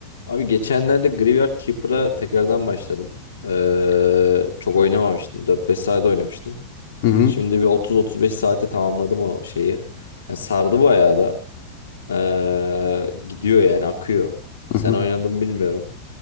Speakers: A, on the left; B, on the left.
A: Abi geçenlerde Graveyard Keeper'a tekrardan başladım. Ee, çok oynamamıştım. dört beş saat oynamıştım.
B: Hı hı,
A: Şimdi bir otuz otuz beş saate tamamladım o şeyi. Yani sardı bayağı da. Ee, gidiyor yani akıyor. Sen
B: hı hı.
A: oynadın mı bilmiyorum.